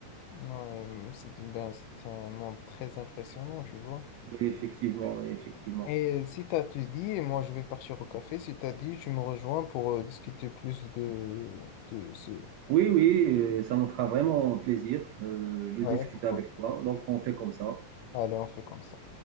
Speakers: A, on the left; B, on the right.
A: Ouais, mm, c'est ben, c'est un monde très impressionnant, tu vois.
B: Oui, effectivement, oui, effectivement.
A: Et si t'as tout dit, et moi je vais partir au café, si t'as dit, tu me rejoins pour euh, discuter plus de, de ce...
B: Oui, oui, euh, ça me fera vraiment plaisir euh, de
A: Ouais,
B: discuter
A: pourquoi
B: avec toi. Donc, on fait comme ça.
A: pas. Allez, on fait comme ça.